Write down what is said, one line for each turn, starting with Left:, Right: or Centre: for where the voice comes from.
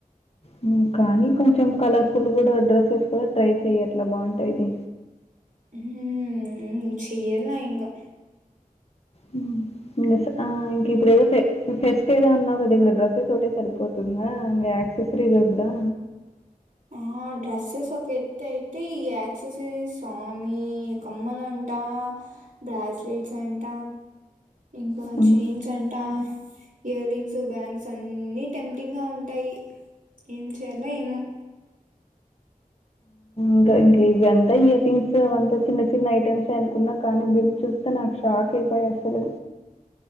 Left: అమ్ కానీ కొంచెం కలర్ఫుల్ కూడా డ్రెస్సెస్ కూడా ట్రై చెయ్ అట్లా బావుంటది
Right: హు హు హ చేయలా ఇంగా
Left: హ్మ్. ఆ ఇంగా ఇప్పుడు ఎల్ సే ఫెస్ట్ ఏదో అన్నావు కదా ఇంకా డ్రస్ తోటే సరిపోతుందా ఇంకా యాక్సెసరీస్ వందా
Right: ఆ డ్రెస్సెస్ ఒక ఎత్త అయితే ఈ యాక్సెసరీస్ స్వామి కమ్మలంట బ్రాస్లెట్స్ అంట ఇంకా
Left: హ్మ్.
Right: చైన్స్ అంటా ఇయర్ రింగ్స్ బ్యాంగ్స్ అన్ని టెం ట్టింగ్ గా ఉంటాయి ఏం చేయాలో ఏమో
Left: ఇంకా ఇంక ఇవి ఎంత ఇయర్ రింగ్స్ అవంతా చిన్న చిన్న ఐటెమ్స్ ఎనుకున్నా కానీ బిల్ చూస్తే నాకు షాక్ అయిపోయి అసలు